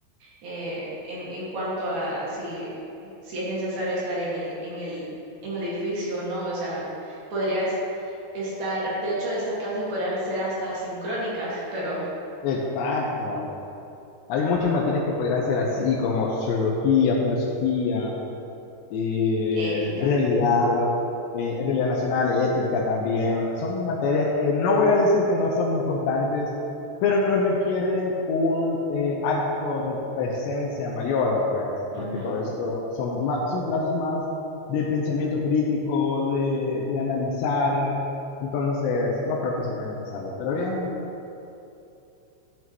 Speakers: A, on the right; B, on the left.
A: eh, en, en cuanto a si, si es necesario estar en el, en el, en el edificio o no. O sea, podrías estar, de hecho, estas clases podrían ser hasta sincrónicas, <laughs> pero
B: Exacto. Hay muchas materias que podrían ser así, como sociología, filosofía, eh,
A: ética.
B: realidad, eh, realidad nacional, ética también. O sea, son materias que no voy a decir que no son importantes, pero no requieren un eh, acto de presencia mayor, pues,
A: Ujú.
B: porque todo eso son, ma- son clases más de pensamiento crítico, de, de analizar. Entonces, no creo que sea tan necesario, pero bien.